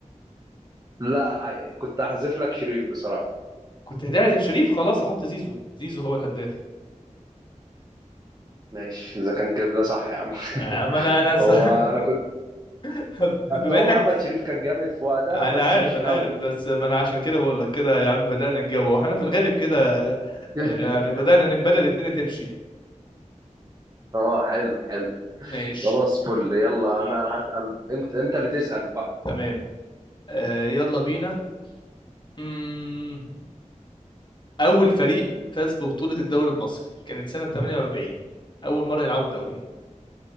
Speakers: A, on the right; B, on the left.
A: لا عي- كنت احذف لك شريف بصراحه
B: كنت هتعزف شريف خلاص هحط زيزو زيزو هو الهداف
A: ماشي اذا كان كده صح يا عم <laughs>
B: آه، ما انا انا س...
A: هو انا كنت
B: <laughs>
A: أصل
B: بما
A: هو
B: انك
A: محمد شريف كان جامد في وقتها
B: انا
A: بس
B: عارف
A: مش
B: انا
A: قوي
B: عارف بس ما انا عشان كده بقول لك كده يا عم بدأنا نجاوب واحنا في الغالب كده آه،
A: <laughs>
B: يعني بدأنا نبدأ الدنيا تمشي
A: اه حلو حلو
B: ماشي
A: خلاص فل يلا انا هسأل انت انت اللي تسأل بقى
B: تمام آه، يلا بينا مم، اول فريق فاز ببطولة الدوري المصري كانت سنة 48 اول مرة يلعبوا الدوري